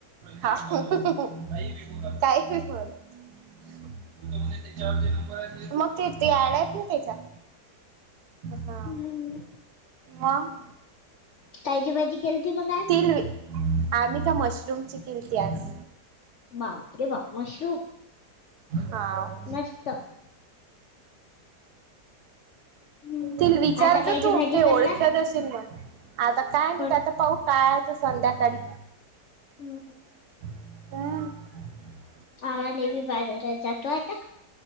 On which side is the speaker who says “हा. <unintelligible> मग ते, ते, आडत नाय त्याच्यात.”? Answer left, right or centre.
Right